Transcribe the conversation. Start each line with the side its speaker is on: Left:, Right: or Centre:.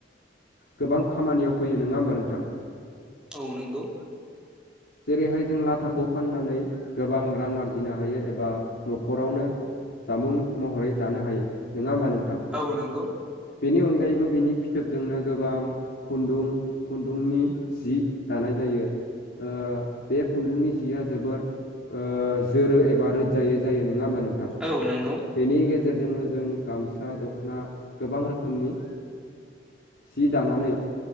Left: गोबां खामानियाव फैयो नङा होमबा नोंथां
Centre: औ नंगौ
Left: जेरैहाय जों लाथाखौ फाननानै गोबां रां आरजिनो हायो एबा न'खरावनो जामुं महरै जानो हायो नङा होमबा नोंथां
Centre: औ नंगौ
Left: बेनि अनगायैबो बिनि फिथोबजोंनो गोबां खुन्दुं खुन्दुंनि जि दानाय जायो ओ बे खुन्दुंनि जिया जोबोर जोरो एबा रोजायै जायो नङा होमबा नोंथां
Centre: औ नंगौ
Left: बेनि गेजेरजोंनो जों गामसा दख'ना गोबां रोखोमनि सि दानानै